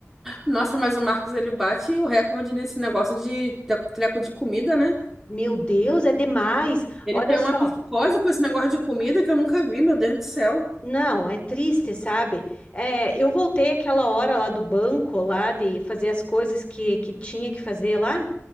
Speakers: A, in the centre; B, on the left.
A: Nossa, mas o Marcos, ele bate o recorde nesse negócio de te- treco de comida, né?
B: Meu Deus, é demais.
A: Ele
B: Olha
A: tem
B: só.
A: uma psicose com esse negócio de comida que eu nunca vi, meu Deus do céu.
B: Não, é triste, sabe? É, eu voltei aquela hora lá do banco, lá de fazer as coisas que, que tinha que fazer lá.